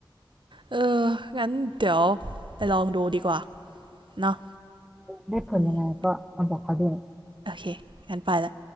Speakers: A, on the right; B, in the centre.
A: เอองั้นเดี๋ยวไปลองดูดีกว่าเนาะ
B: ได้ผลยังไงก็เอาบอกเขาด้วย
A: อืมโอเคงั้นไปละ